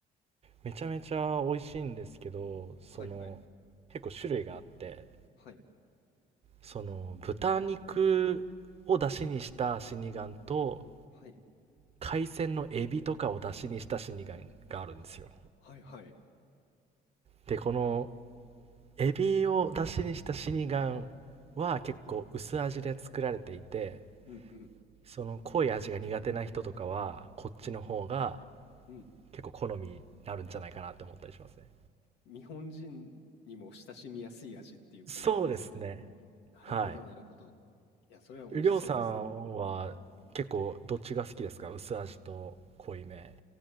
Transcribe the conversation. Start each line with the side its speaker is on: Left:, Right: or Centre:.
Right: めちゃめちゃ美味しいんですけど、その結構種類があって、
Left: はいはい。はい。
Right: その豚肉を出汁にした死神と
Left: はい。
Right: 海鮮のエビとかを出汁にした死神があるんですよ。
Left: あ、はいはい。
Right: で、このエビを出汁にしたシニガンは結構薄味で作られていて、
Left: うんうん。
Right: その濃い味が苦手な人とかは、こっちの方が
Left: うん。
Right: 結構好みになるんじゃないかなって思ったりしますね。
Left: 日本人にも親しみやすい味っていう感じなんですかね。
Right: そうですね。
Left: なるほどなるほど。
Right: はい。
Left: いや、それは美味しそうですね。
Right: りょうさんは結構どっちが好きですか薄味と濃いめ。